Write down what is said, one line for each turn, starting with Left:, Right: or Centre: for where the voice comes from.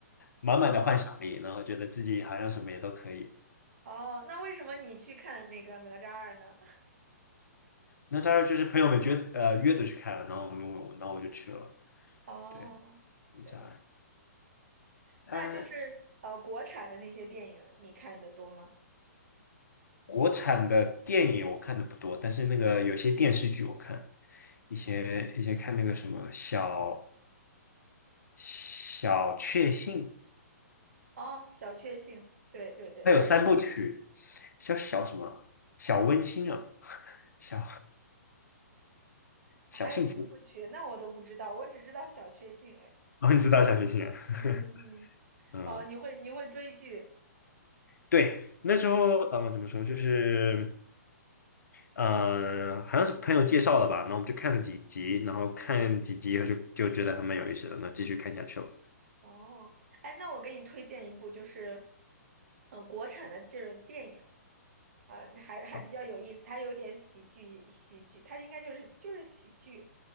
Left: 满满的幻想力，
Right: 嗯
Left: 然后觉得自己好像什么也都可以。
Right: 哦，那为什么你去看那个哪吒二呢？
Left: 那当然就是朋友们约呃约着去看了，然后我们我然后我就去了，
Right: <laughs> 哦，
Left: 对，就这
Right: 对，那就是呃国产的那些电影你看的多吗？
Left: 样。国产的电影我看的不多，但是那个有些电视剧我看，以前以前看那个什么小小确幸，
Right: 哦，小确幸，对对对，
Left: 它有三部曲，
Right: 哎，这是。
Left: 小小什么小温馨啊，小小幸福，
Right: 还有三部曲，那我都不知道，我只知道小确幸。哎，
Left: 哦，你知道小确幸啊，
Right: 嗯嗯嗯，
Left: <laughs> 嗯，
Right: 哦，你会你会追剧，
Left: 对，那时候呃怎么说就是
Right: 嗯，
Left: 呃好像是朋友介绍的吧，然后我们就看了几集，然后看几集以后就就觉得还蛮有意思的，那继续看下去了。
Right: 哦，哎，那我给你推荐一部，就是呃国产的这种电影，呃，还还比较有意思，
Left: 哦
Right: 它有点喜剧喜剧，它应该就是就是喜剧，